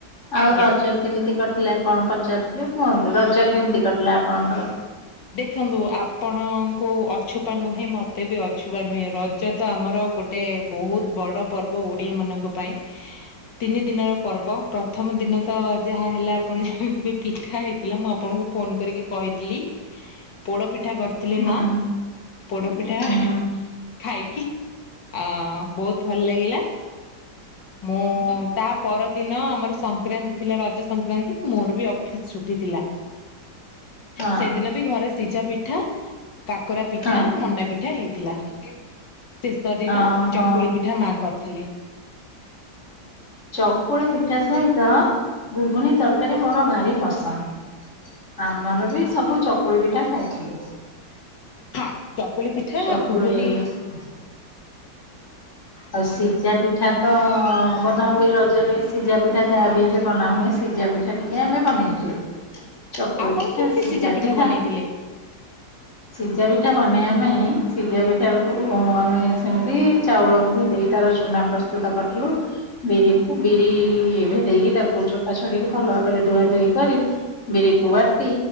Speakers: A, on the left; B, on the left.
A: ଆଜ୍ଞା
B: ଆଉ ରଜ କେମିତି କଟିଲା କଣ ପଚାରୁ କୁହନ୍ତୁ ରଜ କେମିତି କ ଲା ପଣଙ୍କର।
A: ଦେଖନ୍ତୁ ଆପଣଙ୍କୁ ଅଛପା ନୁହେଁ ମତେ ବି ଅଛପା ନୁହେଁ, ରଜ ତ ଆମର ଗୋଟେ ବହୁତ ବଡ଼ ପର୍ବ ଓଡ଼ିଆ ମାନଙ୍କ ପାଇଁ। ତିନି ଦିନର ପର୍ବ, ପ୍ରଥମ ଦିନ ତ ଯାହା ହେଲା ଆପଣ ଜାଣିଥିବେ ପିଠା ହେଇଥିଲା ମୁଁ ଆପଣଙ୍କୁ ଫୋନ୍ କରିକି କହିଥିଲି ପୋଡ଼ପି ଠା କରିଥିଲେ
B: ହୁଁ
A: ମା ପୋଡପିଠା
B: ହଁ
A: ଖାଇକି ଅ ବହୁତ ଭଲ ଲାଗିଲା। ମୁଁ ତା ପରଦିନ ଆମର ସଂକ୍ରାନ୍ତି ଥିଲା, ରଜ ସଂକ୍ରାନ୍ତି ମୋର ବି ଅଫିସ୍ ଛୁଟି ଥିଲା।
B: ହଁ
A: ସେଦିନ ବି ଘରେ ସିଝା ପିଠା କାକରା ପିଠା
B: ହଁ
A: ମଣ୍ଡା ପିଠା ହେଇଥିଲା। <unintelligible> ଶେଷ ଦିନ
B: ଓହୋ
A: ଚକୁଳି ପିଠା ମା କରିଥିଲେ।
B: ଚକୁଳି ପିଠା ସହିତ ଘୁଘୁନୀ ତରକାରୀ ମୋର ଭାରି ପସନ୍ଦ। ଆମର ବି ସବୁ ଚକୁଳି ପିଟା ଖାଇଥିଲି।
A: ହଁ ଚକୁଳି ପିଠା
B: ଚକୁଳି
A: ଘୁଗୁନି
B: ହଁ ଆଉ ସିଝା ପିଠା ତଅଅ ବନାହୁୁଏ ରଜରେ ସିଝା ପିଠା। ଯାହା ବିରେ ବନାହୁଏ ସିଝା ପିଠା ଟିକେ ଆମେ ବନେଇଥିଲୁ। ଚକୁଳି
A: ଆପଣ
B: ପିଠା
A: କେମିତି
B: ସିଝା ପିଠା
A: ବନେଇଥିଲେ?
B: ସିଝା ପିଠା ବନେଇ ଆମେ ଉଁ ସିଝା ପିଠାକୁ ଆମେ ସେମିତି ବି ଚାଉଳକୁ ଭେଦେଇ ତାର ଚୁନା ପ୍ରସ୍ତୁତ କରିଥିଲୁ। ବିରିକୁ ବିରି ଭେଦେଇକି ତାକୁ ଚୋପା ଛଡେଇକି ଭଲ ଭାବରେ ଧୁଆ ଧୋଇ କରି, ବିରିକୁ ବାଟି,